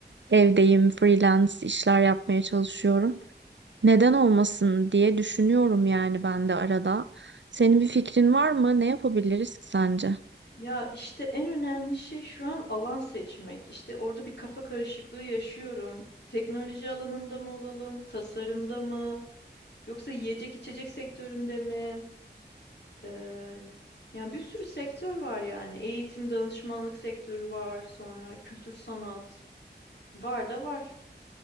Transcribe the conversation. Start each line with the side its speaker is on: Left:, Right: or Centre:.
Right: evdeyim, freelance işler yapmaya çalışıyorum. Neden olmasın diye düşünüyorum yani ben de arada. Senin bir fikrin var mı? Ne yapabiliriz ki sence?
Left: Ya işte en önemli şey şu an alan seçmek. İşte orada bir kafa karışıklığı yaşıyorum. Teknoloji alanında mı olalım, tasarımda mı, yoksa yiyecek içecek sektöründe mi? Eee, yani bir sürü sektör var yani. Eğitim, danışmanlık sektörü var. Sonra kültür sanat. Var da var.